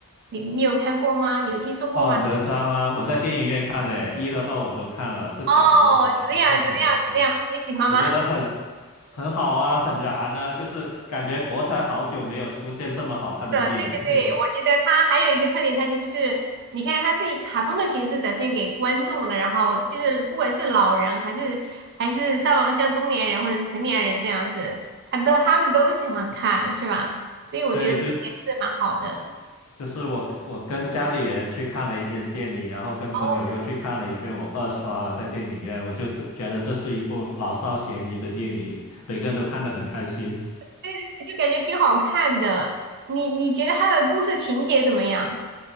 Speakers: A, on the right; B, on the left.
A: 你你有看过吗？你有听说过吗？
B: 哦，哪吒吗？我在电影院看的诶，一和二我都看了，是饺子导演的作品，
A: 哦，怎么样？怎么样？
B: 对不对？
A: 怎么样？你喜欢吗？
B: 我觉得很很好啊，很燃啊，就是感觉国产好久没有出现这么好看的电影，
A: 的，对对对，
B: 而且
A: 我觉得它还有一个特点，它就是你看它是以卡通的形式展现给观众的，然后就是不管是老人还是还是像像中年人或者是成年人这样子，他都他们都喜欢看，是吧？所以我觉得也是蛮好的。
B: 对，就就是我跟我跟家里人去看了一遍电影，然后跟朋友又去看了一遍，
A: 哦，
B: 我二刷了在电影院，我就觉得这是一部老少咸宜的电影，每个人都看得很开心。
A: 对对对，就感觉挺好看的。你你觉得它的故事情节怎么样？